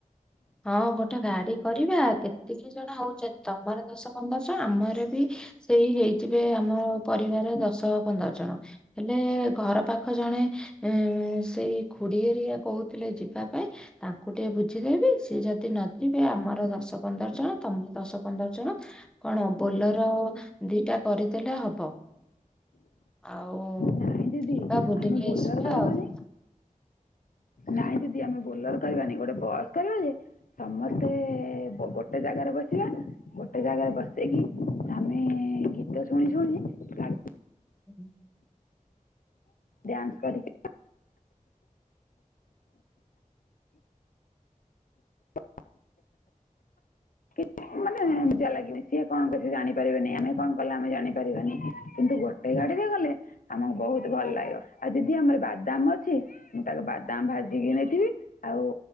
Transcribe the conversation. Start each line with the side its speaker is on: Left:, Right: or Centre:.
Centre: ହଁ ଗୋଟେ ଗାଡ଼ି କରିବା କେତିକି ଜଣ ହଉଛନ୍ତି ତମର ଦଶ ପନ୍ଦର ଜଣ ଆମର ବି ସେଇ ହେଇଥିବେ ଆମ ପରିବାର ର ଦଶ ପନ୍ଦର ଜଣ। ହେଲେ ଘର ପାଖ ଜଣେ ହୁଁ ସେଇ ଖୁଡ଼ି ହେରିକା କହୁଥିଲେ ଯିବା ପାଇଁ ତାଙ୍କୁ ଟିକେ ବୁଝିଦେବି? ସିଏ ଯଦି ନ ଯିବେ ଆମର ଦଶ ପନ୍ଦର ଜଣ ତମର ଦଶ ପନ୍ଦର ଜଣ। କଣ ବୋଲର ଦିଟା କରିଦେଲେ ହବ। ଆଉ
Left: ନାଇଁ ଦିଦି
Centre: ଯିବା ବୁଲିକି
Left: ଆମେ ବୋଲର
Centre: ଆସିବା
Left: କରିବାନି
Centre: ଆଉ
Left: ନାଇଁ ଦିଦି ଆମେ ବୋଲେର କରିବାନି ଗୋଟେ ବସ୍ କରିବା ଯେ ସମସ୍ତେ ଗୋଟେ ଜାଗାରେ ବସିବା। ଗୋଟେ ଜାଗାରେ ବସିକି ଆମେ ଗୀତ ଶୁଣି ଶୁଣି ଗାଡି
Centre: <unintelligible>
Left: <inaudible> ଡ୍ୟାନ୍ସ କରିକି <inaudible> କିଛି ମାନେ। ମଜା ଲାଗିବନି ସିଏ କଣ କଲେ ସେ ଜାଣିପାରିବାନି ଆମେ କଣ କଲେ ଆମେ ଜାଣିପାରିବାନି କିନ୍ତୁ ଗୋଟେ ଗାଡିରେ ଗଲେ ଆମକୁ ବହୁତ ଭଲ ଲାଗିବ ଆଉ ଦିଦି ଆମର ବାଦାମ ଅଛି। ମୁଁ ତାକୁ ବାଦାମ ଭାଜିକି ନେଇଥିବି ଆଉ